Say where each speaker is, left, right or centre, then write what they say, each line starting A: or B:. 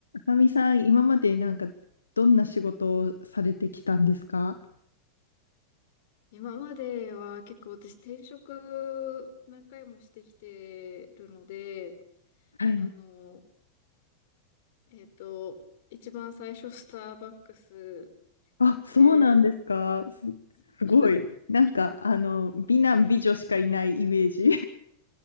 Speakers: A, on the left; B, on the left.
A: まみさん、今までなんか、どんな仕事をされてきたんですか
B: 今までは結構私転職何回もしてきてるので、
A: はい。
B: あの、えっと、一番最初スターバックス、
A: あ、そうなんですか。
B: え
A: す、
B: ー、
A: すごい。
B: そ、そん
A: なんか、あの、美男美女しかいないイメージ。